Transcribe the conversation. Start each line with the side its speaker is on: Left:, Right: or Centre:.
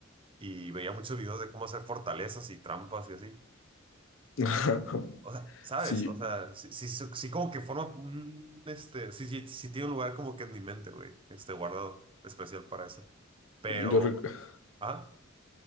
Right: y veía muchos videos de cómo hacer fortalezas y trampas y así.
Left: <laughs>
Right: O sea, ¿sabes?
Left: Sí,
Right: O sea, sí, sí, sí, sí como que forma un, este, sí, sí, sí tiene un lugar como que en mi mente, güey, este, guardado especial para eso. Pero,
Left: yo rec-
Right: ah,